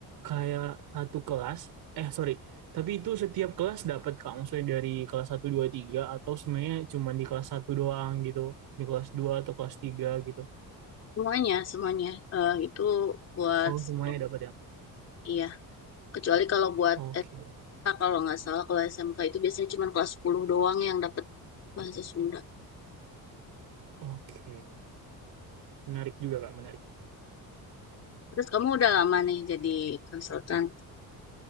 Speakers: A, on the right; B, on the left.
A: kayak satu kelas, eh sorry, tapi itu setiap kelas dapat Kak, maksudnya dari kelas satu 2 3 atau sebenarnya cuma di kelas satu doang gitu, di kelas dua atau kelas tiga gitu.
B: semuanya, semuanya eh, itu buat
A: Oh,
B: semua.
A: semuanya dapat ya?
B: iya. Kecuali kalau buat
A: Oke,
B: SMK kalau nggak salah kalau SMK itu biasanya cuman kelas 10 doang yang dapat bahasa Sunda.
A: Oke. Menarik juga Kak, menarik.
B: Terus kamu udah lama nih jadi konsultan.